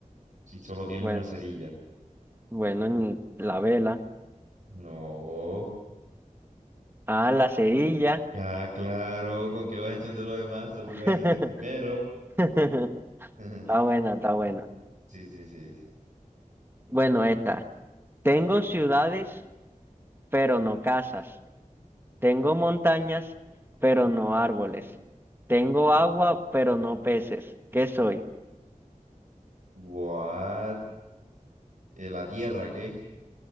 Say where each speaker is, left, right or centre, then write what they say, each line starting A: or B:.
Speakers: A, on the right; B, on the right.
A: Si solo tienes
B: bueno,
A: una cerilla.
B: bueno, ni- la vela,
A: No.
B: ah, la cerilla,
A: Ah, claro, ¿con qué vas a encender lo demás? Eso es lo
B: <laughs>
A: que vas a encender primero.
B: está
A: <laughs>
B: buena, está buena.
A: Sí, sí, sí. sí.
B: Bueno, esta, tengo ciudades, pero no casas, tengo montañas, pero no árboles, tengo agua, pero no peces, ¿qué soy?
A: What? Eh, la tierra, ¿qué?